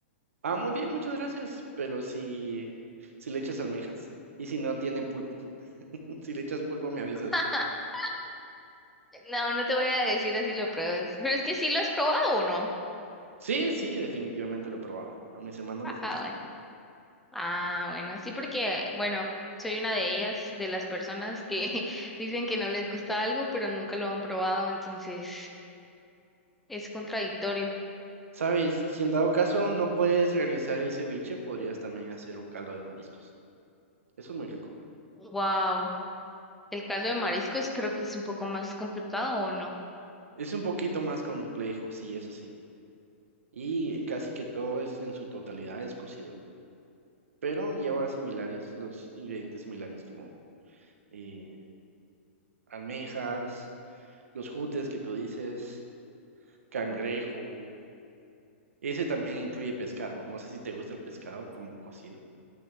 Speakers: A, on the right (about 80°); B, in the centre.
A: Ah, muy bien, muchas gracias, pero si, si le echas almejas y si no tiene pulpo, <laughs> si le echas pulpo me avisas.
B: <laughs> No, no te voy a decir así lo pruebas. Pero es que sí lo has probado o no.
A: Sí, sí, definitivamente lo he probado, a mis hermanos
B: Ah,
A: les
B: ah,
A: gusta.
B: bueno. Ah, bueno, sí, porque, bueno, soy una de ellas, de las personas que <laughs> dicen que no les gusta algo, pero nunca lo han probado, entonces es contradictorio.
A: Sabes, si en dado caso no puedes realizar el ceviche, podrías también hacer un caldo de mariscos. Eso es muy rico.
B: Wow. El caldo de mariscos creo que es un poco más complicado o no.
A: Es un poquito más complejo, sí, eso sí. Y casi que todo es en su totalidad es cocido, pero lleva similares, los ingredientes similares como eh, almejas, los jutes que tú dices, cangrejo.
B: Ajá.
A: Ese también incluye pescado. No sé si te gusta el pescado como cocido.